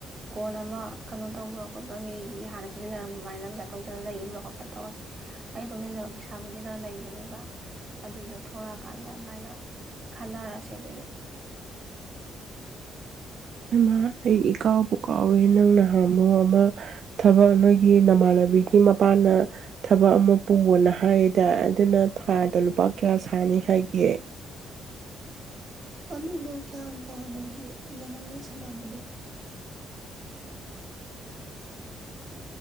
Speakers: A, on the right; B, on the right.
A: ꯀꯣꯟ ꯑꯃ ꯀꯩꯅꯣ ꯇꯧꯕ꯭ꯔꯥ ꯈꯣꯠꯄ꯭ꯔꯥ ꯃꯤꯒꯤ ꯍꯥꯟꯅ ꯁꯤꯖꯤꯟꯅꯔꯃꯥꯏꯅ ꯄꯩꯁꯥ ꯇꯣꯡꯁꯤꯜꯂ ꯂꯩꯕ꯭ꯔꯥ ꯈꯣꯠꯄ꯭ꯔꯥ ꯇꯧꯔꯁꯦ ꯑꯩꯅ ꯇꯣꯡꯁꯤꯟꯖꯕ ꯄꯩꯁꯥꯕꯨꯗꯤ ꯈꯔ ꯂꯩꯕꯅꯦꯕ ꯑꯗꯨꯗꯣ ꯊꯣꯛꯂꯛꯑꯀꯥꯟꯗ ꯑꯗꯨꯃꯥꯏꯅ ꯈꯟꯅꯔꯛꯑꯁꯦ ꯑꯗꯨꯗꯤ
B: ꯑꯃ ꯑꯩ ꯏꯀꯥꯎ ꯄꯨ ꯀꯥꯎꯋꯦ ꯅꯪꯅ ꯑꯃꯨ ꯑꯃꯃ ꯊꯕꯛ ꯅꯣꯏꯒꯤ ꯅꯃꯥꯟꯅꯕꯤꯒꯤ ꯃꯄꯥꯅ ꯊꯕꯛ ꯑꯃ ꯄꯨꯑꯣꯣꯅ ꯍꯥꯏꯌꯦꯗ ꯑꯗꯨꯅ ꯊꯥ ꯇ ꯄ ꯀꯌꯥ ꯁꯥꯅꯤ ꯍꯥꯏꯒꯦ
A: ꯑꯅꯗꯨ ꯀꯌꯥꯇ ꯑꯗꯨꯦꯅ ꯍꯥꯏꯗꯤ ꯐꯖꯅ ꯑꯣꯏꯣꯏꯁꯅꯕꯣ <unintelligible>